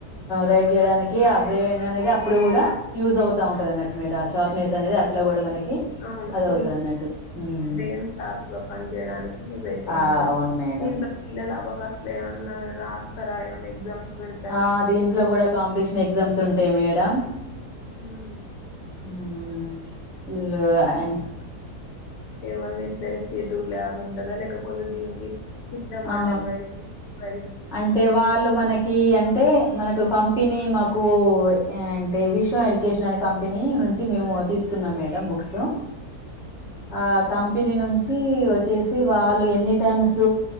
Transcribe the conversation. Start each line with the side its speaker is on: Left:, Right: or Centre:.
Centre: రైడ్ చేయడానికి ఆ బ్రెయిన్ అనేది అప్పుడు కూడా యూజ్ అవుతా ఉంటంది అన్నట్టు మేడం షార్ప్నెస్ అనేది అట్లా కూడా మనకి
Left: అవును
Centre: అది
Left: కొంచెం
Centre: అవుతది అన్నట్టు మ్మ్
Left: బ్రెయిన్ షార్ప్ గా పని చేయడానికి యూజ్ అవుతుంది
Centre: ఆ
Left: అంటారు
Centre: అవును మేడం
Left: దీంట్లో పిల్లలు అబక్ అసలు ఏమన్నా రాస్తారా ఏమన్నా ఎగ్జామ్స్ పెడతారా
Centre: ఆ దీంట్లో కూడా కాంపిటీషన్ ఎగ్జామ్స్ ఉంటాయి మేడం
Left: ఉమ్
Centre: ఉమ్ ఉ ఫుల్ గా అండ్
Left: ఏవన్నా ఇట్లా వేసేటు లాగుంటందా లేకపోతే దీనికి తిలా
Centre: ఆ
Left: మడాల్ వాయిజ కి వాయి్
Centre: అంటే వాళ్ళు మనకి అంటే మనకు కంపెనీ మాకు ఏ అంటే విశ్వ ఎడ్యుకేషన్ అనే కంపెనీ నుంచి మేము తీసుకున్నాం మేడం బుక్స్ ఆ కంపెనీ నుంచి వచ్చేసి వాళ్ళు ఎన్నీ టైమ్స్